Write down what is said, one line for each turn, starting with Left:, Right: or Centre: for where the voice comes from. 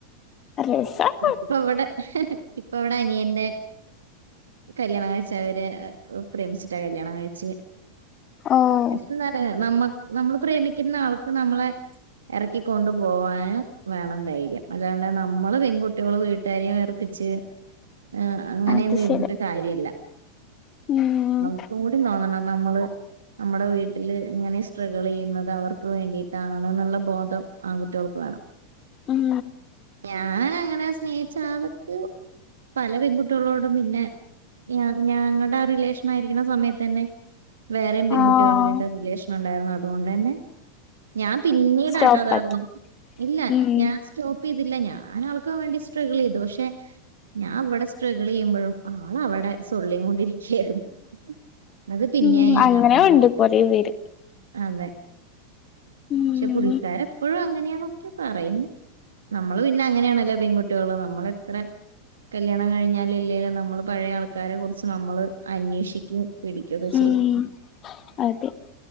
Left: രസാണ്
Right: ഇപ്പ ഇവടെ ഇപ്പ ഇവടെ അനിയന്റെ കല്യാണം കഴിച്ച അവര് പ്രേമിച്ചിട്ടാ കല്യാണം കഴിച്ച്
Left: ഓഹ്
Right: <unintelligible> നമ്മ നമ്മള് പ്രേമിക്കുന്ന ആൾക്ക് നമ്മളെ എറക്കിക്കൊണ്ട് പോവാനും വേണം ധൈര്യം അല്ലാണ്ടെ നമ്മള് പെൺകുട്ടിയോള് വീട്ടുകാരെയും വെറു പ്പിച്ച് എഹ് അങ്ങനെയൊന്നും
Left: അത്
Right: ഇരുന്നിട്ട്
Left: ശരി
Right: കാര്യല്ല
Left: ഉം
Right: അവർക്കും കൂടി തോന്നണം നമ്മള് നമ്മുടെ വീട്ടില് എങ്ങനെ സ് ട്രഗിൾ ചെയ്യുന്നത് അവർക്ക് വേണ്ടിയിട്ടാണ്ന്നുള്ള ബോധം ആൺകുട്ടികൾക്ക് വേണം.
Left: ഉം
Right: ഞാന് അങ്ങനെ സ്നേഹിച്ച ആൾക്ക് പല പെൺകുട്ടിയോളോടും പിന്നെ ഞ ഞങ്ങടെ ആ റിലേഷൻ ആയിരിക്ക്ണ സമയത്തന്നെ വേറെയും പെൺകുട്ടികളായിട്ട്
Left: ആഹ്
Right: റിലേഷൻ ഉണ്ടായിരുന്നു അതുകൊണ്ട് തന്നെ ഞാൻ പിന്നീടാട്ടോ
Left: സ്റ്റോപ്പാക്കി
Right: അതറിഞ്ഞ് ഇല്ല
Left: ഉം
Right: ഞാൻ സ്റ്റോ പ്പിതില്ല ഞാൻ ആൾക്ക്‌ വേണ്ടി സ്ട്രഗിൾ ചെയ്തു പക്ഷെ ഞാൻ വ്ടെ സ്ട്രഗിൾ ചെയ്യുമ്പോഴും ആൾ അവടെ സൊല്ലിങ്ങോണ്ടിരിക്കയായിരുന്നു അത് പിന്നെയാ
Left: ഉം
Right: ഞാൻ
Left: അങ്ങനെ
Right: അറിഞ്ഞേ.
Left: ഉണ്ട് കൊറേ പേര്
Right: അതെ
Left: ഉം
Right: പക്ഷെ പുള്ളിക്കാരൻ ഇപ്പൊഴും അങ്ങനെയാണ് ന്നൊക്കെ പറയ്ന്നു നമ്മള് പിന്നെ അങ്ങനെയാണല്ലോ പെൺകുട്ടികള് നമ്മൾ എത്രെ കല്യാണം കഴിഞ്ഞാലും ഇല്ലേലും നമ്മള് പഴേ ആൾക്കാരെ കുറിച്ച് നമ്മള് അന്വേഷിക്കും പിടിക്കൊക്കെ ചെയ്യും
Left: ഉം അതെ